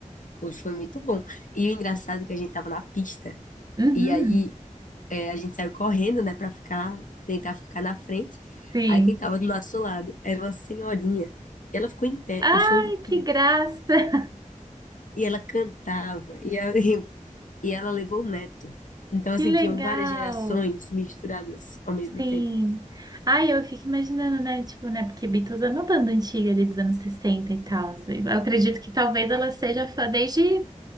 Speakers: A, on the left; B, on the right.
A: Poxa, foi muito bom. E o engraçado é que a gente tava na pista,
B: Uhum.
A: e aí é, a gente saiu correndo, né, pra ficar, tentar ficar na frente.
B: Sim.
A: Aí quem tava do nosso lado era uma senhorinha. E ela ficou em pé
B: Ai,
A: o show inteiro.
B: que graça! <laughs>
A: E ela cantava, e, a- <laughs> e ela levou o neto. Então, assim,
B: Que
A: tinham
B: legal!
A: várias gerações misturadas ao mesmo
B: Sim.
A: tempo.
B: Ai, eu fico imaginando, né? Tipo, né? Porque Beatles é uma banda antiga ali dos anos 60 e tal. assim. Eu acredito que talvez ela seja fã desde,